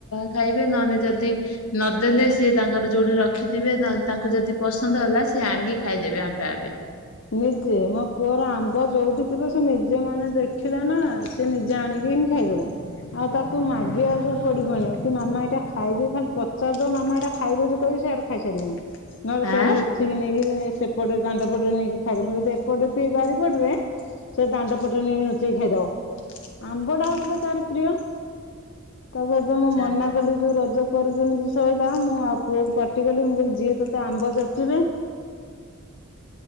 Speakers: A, on the left; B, on the left.
A: ଖାଇବେ ନହେଲେ ଯଦି ନଦେଲେ ସିଏ ତାଙ୍କର ଯୋଉଠି ରଖିଥିବେ ନହେଲେ ତାଙ୍କୁ ଯଦି ପସନ୍ଦ ହେଲା ସିଏ ଆଣିକି ଖାଇଦେବେ ଆପେ ଆପେ।
B: ନିଜେ ମୋ ପୁଅର ଆମ୍ବ ଯୋଉଠି ଥିବ ସେ ନିଜେ ମାନେ ଦେଖିଲେ ନା। ସେ ନିଜେ ଆଣିକି ହିଁ ଖାଇଦବ। ଆଉ ତାକୁ ମାଗିବାକୁ ପଡିବନି କି ମାମା ଏଇଟା ଖାଇବି ଖାଲି ପଚାର ଦ ମାମା ଏଟା ଖାଇବୁ କିବି ସେଇଆ ଖାଇସାରିବଣି ନହେଲେ ସେ
A: ଆଁ
B: ଲୁଚିକି ନେଇକି ସେପଟେ ଦାଣ୍ଡ ପଟରେ ନେଇକି। ଖାଇଦବ ମୁଁ ଏପଟେ ବାରିପଟରେ, ସେ ଦାଣ୍ଡ ପଟରେ ନେଇକି ଲୁଚେଇ ଖାଇଦବ। ଆମ୍ବଟା ହଉଛିଥିଲା ତାର ପ୍ରିୟ ତାକୁ ଏବେ
A: ଆଚ୍ଛା
B: ମୁଁ ମନା
A: ଆଚ୍ଛା
B: କଲି ଯୋଉ ରଜ ଉପ ଯେମିତି ଶୋଇଲା ମୁଁ ଆଉ ପୁଅକୁ ପାଟି କଲି ମୁଁ କହିଲି ଯିଏ ତୋତେ ଆମ୍ବ ଯାଚିବେ।